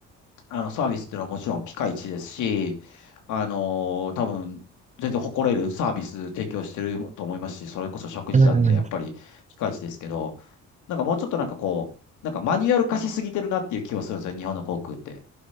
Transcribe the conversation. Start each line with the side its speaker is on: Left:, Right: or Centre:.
Left: あの、サービスっていうのはもちろんピカイチですし、あの多分、全然誇れるサービス提供してると思いますし、それこそ食事だってやっぱりピカイチですけど、
Right: うんうん。
Left: なんかもうちょっとなんかこう、なんかマニュアル化しすぎてるなっていう気はするんですよ、日本の航空って。